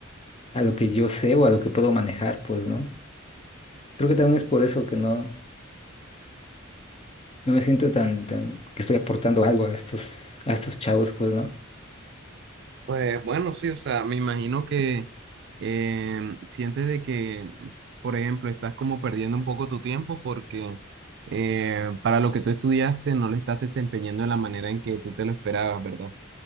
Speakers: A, on the left; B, on the right.
A: a lo que yo sé o a lo que puedo manejar, pues, ¿no? Creo que también es por eso que no, no me siento tan, tan, que estoy aportando algo a estos, a estos chavos, pues, ¿no?
B: Pues bueno, sí, o sea, me imagino que em, sientes de que, por ejemplo, estás como perdiendo un poco tu tiempo porque eh, para lo que tú estudiaste no le estás desempeñando de la manera en que tú te lo esperabas, ¿verdad?